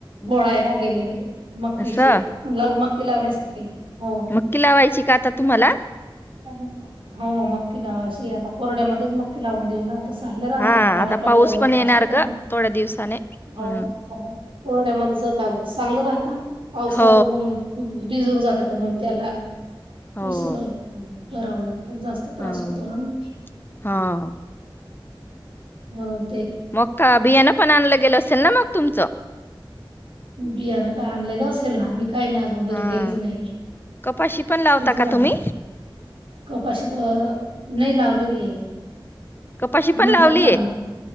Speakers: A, on the right; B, on the left.
A: बोळायला गेले ते. मक्कीचे
B: असं.
A: लव मक्की लावण्यासाठी हो.
B: मक्की लावायची का आता तुम्हाला?
A: <unintelligible> हो मक्की लावायच. <unintelligible> कोरड्यामधून मक्की लावून देऊ ना. तस चांगल राहणार,
B: हां.
A: पाणी
B: आता
A: पडल्यावर
B: पाऊस पण
A: त्रास
B: येणार
A: होतो.
B: गं थोड्या दिवसाने.
A: हा
B: हं.
A: ओ कोरड्यामध्ये जर लाव चांगलं राहता पावसा
B: हो.
A: <unintelligible> भिजून जातायच मग त्याला
B: हो.
A: असं. करावला ला त जास्त त्रास
B: हां.
A: होतो ना म.
B: हां.
A: हम्म्म.
B: मक्का बियाणं पण आणलं गेल असेल ना मग तुमचं?
A: बियाणं का आणलेलं असेल ना मी काही नाही अजून घरी
B: हा.
A: गेलीच नाही.
B: कपाशी पण लावता
A: इथच
B: का
A: हाये
B: तुम्ही?
A: कपाशी त नई लावलेलीय.
B: कपाशी
A: नंतर
B: पण लावलीये?
A: लावणार